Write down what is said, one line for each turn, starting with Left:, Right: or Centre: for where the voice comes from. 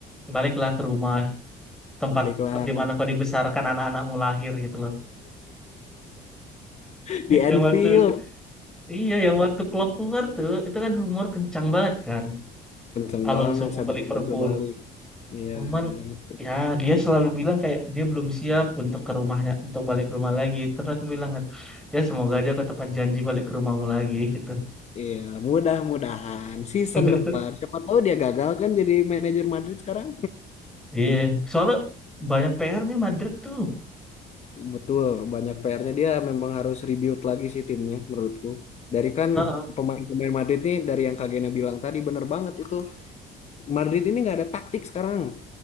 Centre: baliklah ke rumah tempat
Left: baliklah
Centre: ke- di mana kau dibesarkan anak-anakmu lahir gitu loh.
Left: <laughs>
Centre: <laughs>
Left: di Anfield.
Centre: Yang waktu iya, yang waktu Klopp keluar tuh itu kan rumor kencang banget kan.
Left: Kenceng
Centre: Alonso
Left: banget
Centre: mau
Left: sambil
Centre: ke Liverpool.
Left: Alonso balik. Iya,
Centre: Cuman
Left: betul.
Centre: ya dia selalu bilang kayak dia belum siap untuk ke rumahnya, untuk balik ke rumah lagi. Terus aku bilang kan, ya semoga aja kau tepat janji balik ke rumahmu lagi gitu.
Left: Iya, mudah-mudahan season
Centre: <laughs>
Left: depan siapa tahu dia gagal kan jadi manajer Madrid sekarang.
Centre: Iya, soalnya banyak PR-nya Madrid tuh.
Left: Betul, banyak PR-nya dia memang harus rebuild lagi sih timnya menurutku. Dari kan
Centre: Heeh.
Left: pemain-pemain Madrid nih dari yang Kak Gena bilang tadi bener banget itu. Madrid ini nggak ada taktik sekarang.